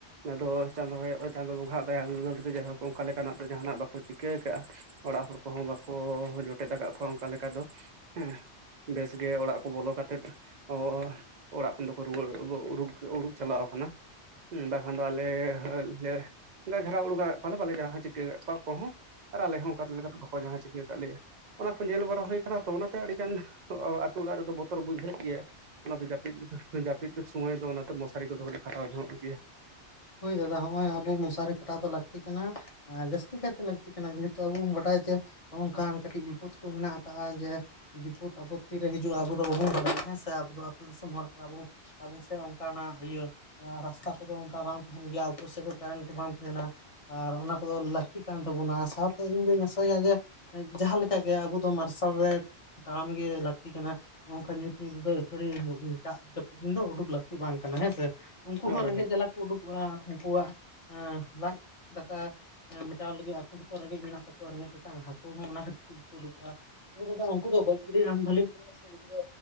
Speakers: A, on the right (about 55°); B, on the left (about 35°).
A: ᱟᱫᱚ ᱪᱟᱸᱫᱳ ᱟᱭᱚ ᱪᱟᱸᱫᱳ ᱵᱚᱸᱜᱟ ᱟᱜ ᱫᱟᱭᱟ ᱫᱩᱞᱟᱹᱲ ᱛᱮ ᱡᱟᱭᱦᱳᱠ ᱚᱱᱠᱟ ᱞᱮᱠᱟᱱᱟᱜ ᱫᱚ ᱡᱟᱦᱟᱱᱟᱜ ᱵᱟᱠᱚ ᱪᱤᱠᱟᱹ ᱠᱟᱜᱼᱟ ᱚᱲᱟᱜ ᱦᱚᱲ ᱠᱚᱦᱚᱸ ᱵᱟᱠᱚ ᱡᱚᱴᱮᱫ ᱟᱠᱟᱫ ᱠᱚᱣᱟ ᱚᱱᱠᱟ ᱞᱮᱠᱟ ᱫᱚ ᱦᱮᱸ ᱵᱮᱥᱜᱮ ᱚᱲᱟᱜ ᱠᱚ ᱵᱚᱞᱚ ᱠᱟᱛᱮᱫ ᱚ ᱚᱲᱟᱜ ᱠᱷᱚᱱ ᱫᱚᱠᱚ ᱨᱩᱣᱟᱹᱲ ᱩᱰᱩᱠ ᱪᱟᱞᱟᱣ ᱟᱠᱟᱱᱟ᱾ ᱦᱩᱸ ᱵᱟᱠᱷᱟᱱ ᱫᱚ ᱟᱞᱮ ᱞᱮ ᱚᱱᱠᱟ ᱜᱷᱮᱨᱟᱣᱵ <unintelligible> ᱵᱟᱞᱮ ᱡᱟᱦᱟᱸ ᱪᱤᱠᱟᱹ ᱠᱟᱜ ᱠᱚᱣᱟ ᱟᱠᱚ ᱦᱚᱸ ᱟᱨ ᱟᱞᱮ ᱦᱚᱸ ᱚᱱᱠᱟ ᱞᱮᱠᱟᱛᱮ ᱵᱟᱠᱚ ᱡᱟᱦᱟᱸ ᱪᱤᱠᱟᱹ ᱟᱠᱟᱫ ᱞᱮᱭᱟ᱾ ᱚᱱᱟ ᱠᱚ ᱧᱮᱞ ᱵᱟᱲᱟ ᱦᱩᱭ ᱟᱠᱟᱱᱟ ᱛᱚ ᱚᱱᱟᱛᱮ ᱟᱹᱰᱤ ᱜᱟᱱ ᱛᱩ ᱚᱲᱟᱜ ᱨᱮᱫᱚ ᱵᱚᱛᱚᱨ ᱵᱩᱡᱷᱟᱜ ᱜᱮᱭᱟ᱾ ᱚᱱᱟᱛᱮ ᱡᱟᱹᱯᱤᱫ ᱡᱟᱹᱯᱤᱫ ᱥᱚᱢᱚᱭ ᱫᱚ ᱚᱱᱟᱛᱮ ᱢᱚᱥᱟᱨᱤ ᱠᱚᱫᱚ ᱞᱮ ᱠᱷᱟᱴᱟᱣ ᱧᱚᱜᱚᱜ ᱜᱮᱭᱟ᱾
B: ᱦᱳᱭ ᱫᱟᱫᱟ ᱱᱚᱜᱼᱚᱭ ᱟᱵᱚ ᱢᱚᱥᱟᱨᱤ ᱠᱷᱟᱴᱟᱣ ᱫᱚ ᱞᱟᱹᱠᱛᱤ ᱠᱟᱱᱟ ᱟᱨ ᱡᱟᱹᱥᱛᱤ ᱠᱟᱭᱛᱮ ᱞᱟᱠ <unintelligible> ᱞᱟᱹᱠᱛᱤ ᱠᱟᱱᱟ ᱡᱮᱦᱮᱛᱩ ᱟᱵᱚ ᱵᱚᱱ ᱵᱟᱰᱟᱭ ᱡᱮᱚᱝᱠ ᱠᱟᱹᱴᱤᱡᱤᱯᱚᱫ ᱠᱚ ᱢᱮᱱᱟᱜ ᱟᱠᱟᱫᱼᱟ ᱡᱮ ᱵᱤᱯᱚᱫ ᱟᱯᱚᱛᱛᱤ ᱨᱮ ᱦᱤᱡᱩᱜᱼᱟ ᱟᱵᱚ ᱫᱚ ᱵᱟᱵᱚᱱ ᱵᱟᱰᱟᱭᱟ ᱦᱮᱸ ᱥᱮ ᱟᱵᱚ ᱟᱹᱛᱩ ᱫᱤᱥᱚᱢ ᱦᱚᱲ ᱠᱟᱱᱟ ᱵᱚᱱ ᱟᱵᱚ ᱥᱮᱮᱫ ᱚᱱᱠᱟᱱᱟᱜ ᱤᱭᱟᱹ ᱨᱟᱥᱛᱟ ᱠᱚᱫᱚ ᱚᱱᱠᱟ ᱵᱟᱝ ᱛᱟᱦᱮᱱ ᱜᱮᱭᱟ ᱩᱯᱚᱨ ᱥᱮᱠᱚᱚᱨ ᱠᱟᱨᱮᱱᱴ ᱠᱚ ᱵᱟᱝ ᱛᱟᱦᱮᱱᱟ ᱟᱨ ᱚᱱᱟ ᱠᱚᱫᱚ ᱞᱟᱹᱠᱛᱤ ᱠᱟᱱ ᱛᱟᱵᱚᱱᱟ ᱥᱟᱶᱛᱮ ᱤᱧ ᱫᱩᱧ ᱟᱥᱟᱭᱟ ᱡᱮ ᱡᱟᱦᱟᱸᱞᱮᱠᱟᱜᱮ ᱟᱵᱚ ᱫᱚ ᱢᱟᱨᱥᱟᱞ ᱨᱮ ᱛᱟᱲᱟᱢ ᱜᱮ ᱞᱟᱹᱠᱛᱤ ᱠᱟᱱᱟ ᱚᱱᱠᱟ ᱧᱩᱛ ᱧᱩᱛᱮᱫ ᱫᱚ ᱟᱛᱷᱟᱣᱲᱤ ᱫᱟᱜ ᱫᱤᱱ ᱫᱚ ᱩᱰᱩᱠ ᱞᱟᱹᱠᱛᱤ ᱵᱟᱝ ᱠᱟᱱᱟ ᱦᱮᱸ ᱥᱮ ᱩᱱᱠᱩ
A: ᱦᱳᱭ
B: ᱦᱚᱸ ᱨᱮᱸᱜᱮᱡ
A: ᱦᱳᱭ
B: ᱡᱟᱞᱟ ᱠᱚ ᱩᱰᱩᱠᱚᱜᱼᱟ ᱩᱱᱠᱩᱣᱟᱜ ᱞᱟᱡ ᱫᱟᱠᱟ ᱢᱮᱴᱟᱣ ᱞᱟᱹᱜᱤᱫ ᱟᱠᱚ ᱦᱚᱸᱛᱚ ᱨᱮᱸᱜᱮᱡ ᱢᱮᱱᱟᱜ ᱛᱟᱠᱚᱣᱟ ᱨᱮᱸᱜᱮᱡ ᱛᱮᱛᱟᱝ ᱦᱟᱹᱠᱩ ᱦᱚᱸ ᱚᱱᱟ ᱠᱷᱟᱹᱛᱤᱨ ᱩᱰᱩᱠᱚᱜᱼᱟ ᱳ ᱫᱟᱫᱟ ᱩᱱᱠᱩ ᱫᱚ ᱜᱚᱡ ᱜᱤᱰᱤ ᱟᱢ ᱵᱷᱟᱹᱞᱤᱢ ᱢᱚᱱᱮᱭᱟ ᱥᱮ ᱥᱮ ᱩᱱᱠᱩ ᱫᱚ